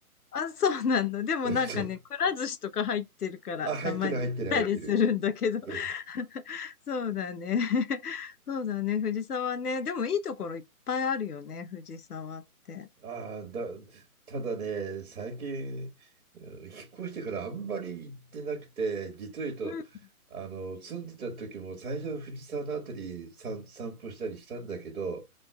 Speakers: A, on the left; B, on the right.
A: あ、そうなんだ。でもなんかね、
B: <laughs> そう。
A: くら寿司とか入ってるから、
B: あ、入ってる入ってる入ってる。
A: たまに行ったりするんだけど。
B: うん
A: <laughs> そうだね。<laughs> そうだね、藤沢ね。でもいいところいっぱいあるよね、藤沢って。
B: ああ、だ、ただね、最近、うん引っ越してからあんまり行ってなくて、実を言うと、
A: う
B: あの、住んでた時も最初藤沢のあたり散、散歩したりしたんだけど、